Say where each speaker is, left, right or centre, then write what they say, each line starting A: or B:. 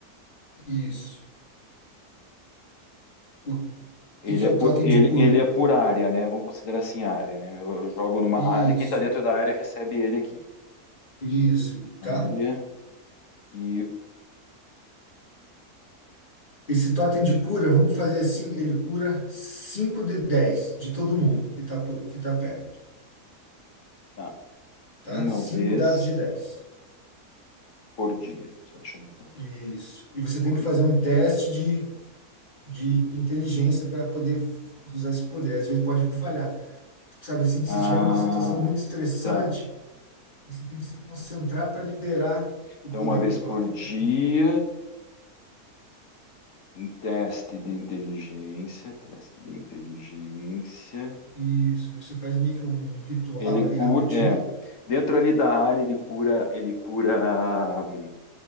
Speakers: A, on the left (about 30°); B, on the left (about 60°).
A: Isso. O
B: Ele
A: que que é
B: é
A: o
B: por,
A: totem
B: ele,
A: de cura?
B: ele é por
A: O-
B: área, né? Vamos considerar assim área, né? Eu, eu jogo numa
A: Isso,
B: área, quem tá dentro da área recebe ele aqui.
A: isso, tá?
B: Área e
A: Esse totem de cura, vamos fazer assim, ele cura 5 de 10 de todo mundo que tá, por- que tá perto,
B: tá,
A: tá?
B: uma
A: cinco
B: vez
A: dados de dez
B: por dia. Só deixa eu anotar aqui.
A: Isso. E você tem
B: Por-
A: que fazer um teste de, de inteligência para poder usar esse poder. Às vezes pode falhar. Sabe assim, se
B: Ah,
A: estiver numa situação muito estressante,
B: tá.
A: você tem que se concentrar para liberar o
B: Então,
A: poder
B: uma vez
A: do totem,
B: por dia,
A: entendeu?
B: um teste de inteligência, teste de inteligência.
A: Isso. Daí Você faz meio que um ritual
B: Ele
A: ali
B: cura,
A: rapidinho.
B: é, dentro ali da área ele cura, ele cura, hum,